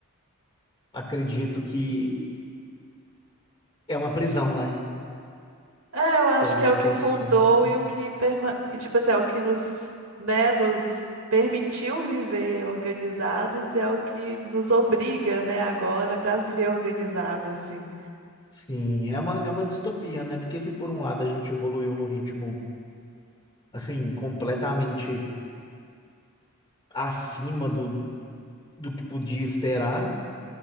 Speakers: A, on the left; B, on the right.
A: acredito que é uma prisão, né?
B: É, eu acho
A: Que nós
B: que é o que
A: todos
B: fundou
A: temos. que-
B: e o que perma... e, tipo assim, é o que nos, né, nos permitiu viver organizados e é o que nos obriga, né, agora para viver organizado, assim.
A: Sim, é uma, é uma distopia, né? Porque se por um lado a gente evoluiu no ritmo, assim, completamente acima do, do que podia esperar,